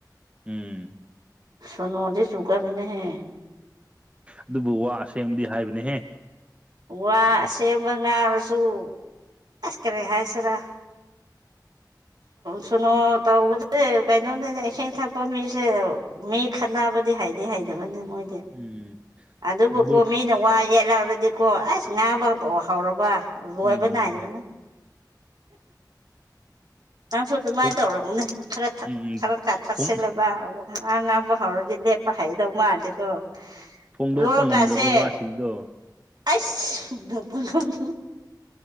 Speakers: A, on the right (about 15°); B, on the right (about 70°).
A: ꯎꯝ
B: ꯁꯣꯅꯣꯗꯤ ꯆꯨꯒꯟꯕꯅꯤꯍꯦ
A: ꯑꯗꯨꯕꯨ ꯋꯥ ꯑꯁꯦꯡꯕꯗꯤ ꯍꯥꯏꯕꯅꯦꯍꯦ
B: ꯋꯥ
A: ꯏꯁ
B: ꯑꯁꯦꯡꯕ ꯉꯥꯡꯔꯁꯨ ꯑꯁ ꯀꯔꯤ ꯍꯥꯏꯁꯤꯔ ꯁꯣꯅꯣ ꯇꯧꯕꯁꯦ ꯀꯩꯅꯣꯅꯦ ꯏꯁꯤꯡ ꯊꯛꯄ ꯃꯤꯁꯦ ꯃꯤ ꯈꯠꯅꯕꯗꯤ ꯍꯩꯗꯤ ꯍꯩꯗꯕꯅꯦ ꯃꯣꯏꯗꯤ
A: ꯎꯝ
B: ꯑꯗꯨꯕꯨꯀꯣ
A: ꯑꯗꯨꯞ
B: ꯃꯤꯅ ꯋꯥ ꯌꯦꯠꯂꯛꯑꯕꯗꯤꯀꯣ ꯑꯁ ꯉꯥꯡꯕꯥꯎ ꯍꯧꯔꯕ ꯂꯣꯏꯕ
A: ꯎꯝ
B: ꯅꯥꯏꯗꯕꯅ ꯅꯪꯁꯨ ꯑꯗꯨꯃꯥꯏꯅ
A: ꯐꯣꯡ
B: ꯇꯧꯔꯝꯒꯅꯦ ꯈꯔ ꯊꯛ
A: ꯎꯝ ꯎꯝ
B: ꯈꯔ꯭ꯒ ꯊꯛꯆꯜꯂꯕ
A: ꯐꯣꯡ
B: ꯋꯥ ꯉꯥꯡꯕ ꯍꯧꯔꯗꯤ ꯂꯦꯞꯄ ꯍꯩꯗꯧ ꯃꯥꯟꯗꯦꯀꯣ
A: ꯐꯣꯡꯗꯣꯛꯄ
B: ꯂꯣꯟ
A: ꯉꯝꯗ꯭ꯔꯕ
B: ꯀꯥꯁꯦ
A: ꯋꯥꯁꯤꯡꯗꯣ
B: ꯑꯁ <unintelligible>